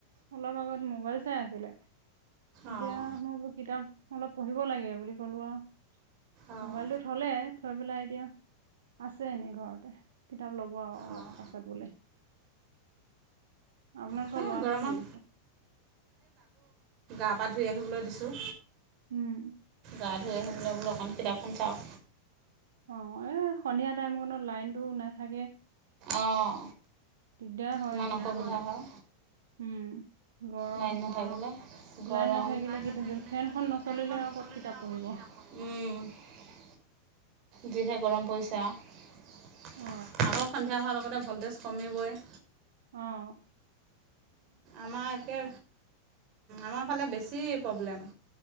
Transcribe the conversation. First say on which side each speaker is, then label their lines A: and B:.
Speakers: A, on the right; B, on the right.
A: অলপ আগত মোবাইল চাই আছিলে এতিয়া
B: অঁ
A: মই বোল কিতাপ অলপ পঢ়িব লাগে বুলি ক'লো আৰু
B: অঁ
A: মোবাইলটো থলে থৈ পেলাই এতিা আছে এনেই ঘৰতে কিতাপ ল'ব আৰু অলপ
B: অঁ
A: পাছত বলে আপোনাৰোক
B: সেই
A: লাৰ
B: গৰমত
A: কি কৰি আছে
B: তপা ধুই আহিবলৈ দিছোঁ
A: উম
B: গা ধুই আহুবলৈ বোলো অকণ কিতাপখন চাওক
A: অ এ সন্ধিয়া টাইমত লাইনতটো নাইথাকে
B: অঁ
A: দিগদা হয়
B: ইমান
A: এইখিনি
B: অসুবিধা
A: সময়ত
B: হয়
A: উম গৰম
B: লাইন
A: ইফালে
B: নাথাকিলে গৰম
A: লাইন নাথাকিলে কি
B: নাথিলে
A: ফেনখন নচলিলে
B: ফনখন
A: আৰু ক'ত কিতাপ পঢ়িব
B: ন যিহে গৰম পৰিছে আগৰ
A: অ
B: সন্ধিয়া হোৱাৰ লগতে ভল্টেজ কমিবই
A: আহ
B: আমাৰ একে আমাৰ ফালে বেছি প্ৰব্লেম